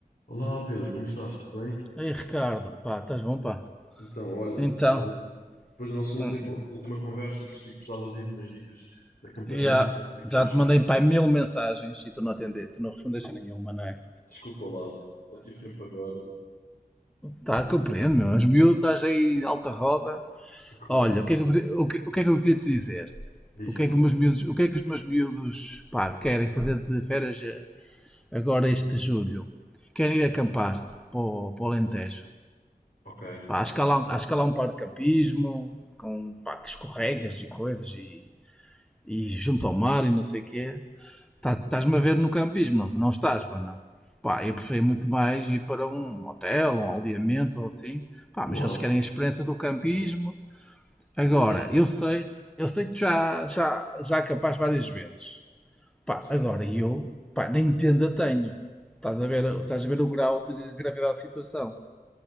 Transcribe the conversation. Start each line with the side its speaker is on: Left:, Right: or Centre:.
Left: Olá Pedro, como estás? Tudo bem?
Centre: Ei, Ricardo, pá, estás bom, pá?
Left: Então, olha,
Centre: Então,
Left: depois da, depois da nossa
Centre: hum,
Left: última con- última conversa percebi que precisavas aí de umas dicas de acampamento,
Centre: já,
Left: sei que tu
Centre: já
Left: vais
Centre: te
Left: com
Centre: mandei,
Left: os teus...
Centre: pá, mil mensagens e tu não atendeste, tu não respondeste a nenhuma, não é?
Left: Desculpa lá, só tive tempo agora.
Centre: Tá, compreendo, meu. És miúdo, estás aí alta roda.
Left: Claro,
Centre: Olha, o que é que eu queria, o que, o que é que eu queria te dizer?
Left: diz-me
Centre: O que é
Left: lá.
Centre: que os meus miúdos, o que é que os meus miúdos, pá, querem fazer de férias eh, agora este julho? Querem ir acampar para o, para o Alentejo.
Left: Ok,
Centre: Pá, acho que há lá, acho que há lá um par de campismo, com, pá, que escorregas e coisas e, e junto ao mar e não sei o quê. Estás- Estás-me
Left: ok.
Centre: a ver no campismo? Não estás, pá, não. Pá, eu prefiro muito mais ir para um hotel, um aldeamento ou assim. Pá,
Left: Claro,
Centre: mas eles querem a experiência do campismo. Agora,
Left: mas é...
Centre: eu sei, eu sei que tu já, já, já acampaste várias vezes. Pá,
Left: Certo.
Centre: agora eu, pá, nem tenda tenho. Estás a ver, estás a ver o grau de gravidade da situação.